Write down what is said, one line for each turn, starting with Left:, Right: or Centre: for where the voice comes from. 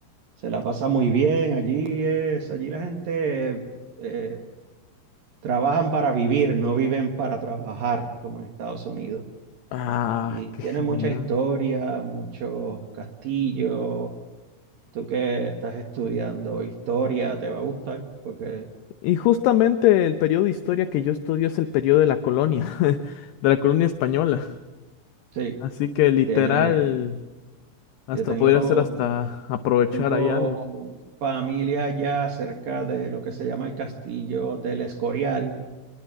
Right: se la pasa muy bien. Allí es, allí la gente eh, trabajan para vivir, no viven para trabajar como en Estados Unidos.
Left: Ah,
Right: Y
Left: <laughs> qué
Right: tiene
Left: genial.
Right: mucha historia, muchos castillos. Tú que estás estudiando historia, te va a gustar porque
Left: Y justamente el periodo de historia que yo estudio es el periodo de la colonia, <laughs> de la colonia española.
Right: sí,
Left: Así que literal,
Right: tiene.
Left: hasta
Right: Yo tengo,
Left: podría ser hasta aprovechar
Right: tengo
Left: ahí algo.
Right: familia ya cerca de lo que se llama el castillo del Escorial,